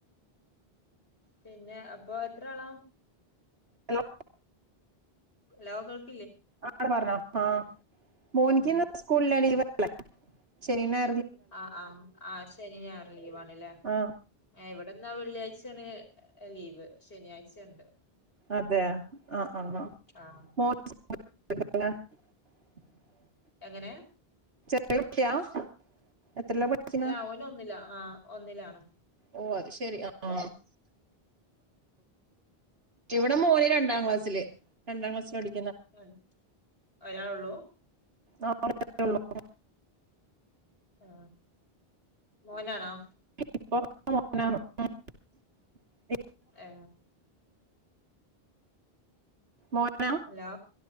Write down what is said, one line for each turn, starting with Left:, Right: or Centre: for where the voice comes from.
Left: പിന്നെ അപ്പൊ എത്ര ആളാ
Right: ഹലോ
Left: ഹലോ കേൾ
Right: ആട പറഞ്ഞോ ആ മോനിക്ക്ന്ന്
Left: ആഹ്
Right: സ്കൂളില്ല ലീവല്ലേ ശെനിം ഞാ
Left: ആ ആ ആ ശനി ഞായറ് ലീവാണ്ല്ലേ
Right: ആ
Left: ഏ ഇവ് ടന്നാ വെള്ളിയാഴ്ചയാണ് ലീവ് ശനിയാഴ്ചണ്ട്
Right: അതെ ആ ആ
Left: ആഹ്
Right: ആ <unintelligible>
Left: എങ്ങനെ
Right: <unintelligible> പഠിക്കുന്നെ
Left: ല്ല ഓനൊന്നിലാ ആ ഒന്നിലാണ്
Right: ഓ അത് ശെരി അആ ഇവിടെ മോന് രണ്ടാം ക്ലാസ്സില് രണ്ടാം ക്ലാസ്സ്ലാഠി
Left: അ ഒരാളൊള്ളൂ
Right: ആ ഒരാളേള്ളൂ
Left: ആ മോനാണോ
Right: <unintelligible>
Left: ഏ
Right: മോനാ
Left: ഹലോ